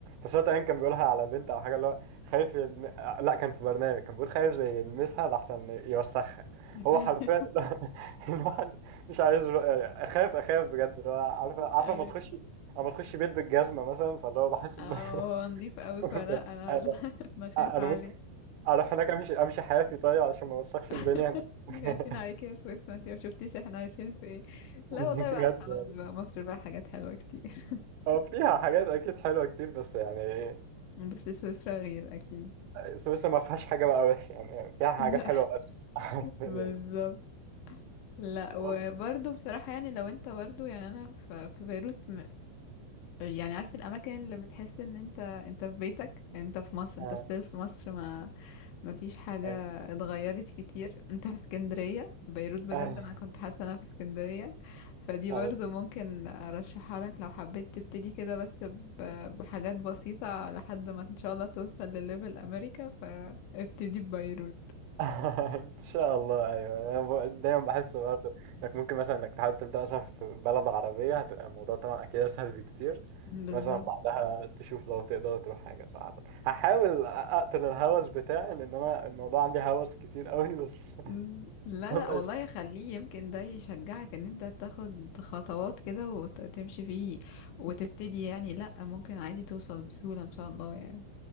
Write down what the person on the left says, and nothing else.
<laughs>
أي.
أو
هو نضيف أوي
فلا أنا
لا <laughs> أنا خايفة
عليه
<laughs>
احنا خايفين عليكي يا سويسرا انتي ما شفتيش احنا عايشين في ايه لا
والله بقى
خلاص بقى مصر بقى حاجات حلوة كتير
<laughs> بس سويسرا غير أكيد
<laughs>
لا
بالظبط لا وبرضه
بصراحة يعني لو انت برضه يعني انا في في بيروت م... يعني عارف الاماكن اللي بتحس ان انت انت في بيتك انت في مصر
انت ستيل في مصر ما ما فيش حاجة
اتغيرت كتير انت في اسكندرية بيروت بجد
انا كنت حاسة ان انا في اسكندرية فدي برضه
ممكن ارشحها لك لو حبيت تبتدي كده بس ب... بحاجات بسيطة لحد ما ان شاء الله توصل لليفل امريكا فابتدي ببيروت
بالظبط
مم، لا
لا والله يخليه يمكن ده يشجعك ان انت تاخد خطوات كده وتمشي فيه وتبتدي يعني لا ممكن عادي توصل بسهولة ان شاء الله يعني